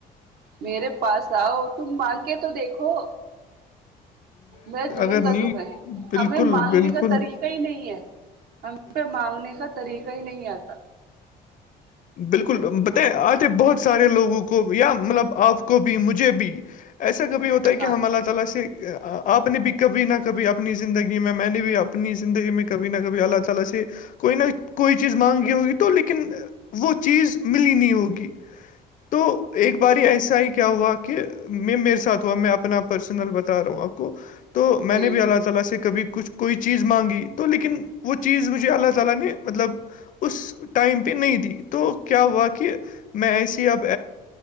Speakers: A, on the right (about 65°); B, on the left (about 50°).
A: میرے پاس آؤ تم مانگ کے تو دیکھو میں دوں
B: اگر
A: گا
B: نہیں
A: تمہیں
B: بالکل
A: ہمیں مانگنے
B: بالکل
A: کا طریقہ ہی نہیں ہے ہم پہ مانگنے کا طریقہ ہی نہیں آتا
B: بالکل ب آتے بہت سارے لوگوں کو یا مطلب آپ کو بھی مجھے بھی ایسا کبھی ہوتا تو کہہ
A: ہاں
B: ہم اللہ تعالی سے آپ نے بھی کبھی نہ کبھی اپنی زندگی میں میں نے بھی اپنی زندگی میں کبھی نہ کبھی اللہ تعالی سے کوئی نہ کوئی چیز مانگی ہوگی تو لیکن وہ چیز ملی نہیں ہوگی تو ایک بار ایسا ہی کیا ہوا کہ میں میرے سات ہوا میں اپنا پرسنل بتا رہا ہوں آپ کو تو میں
A: جی
B: نے بھی اللہ تعالی سے کبھی کچھ کوئی چیز مانگی تو لیکن وہ چیز مجھے اللہ تعالی نے مطلب اس ٹائم پہ نہیں دے تو کیا ہوا کہ میں ایسی اب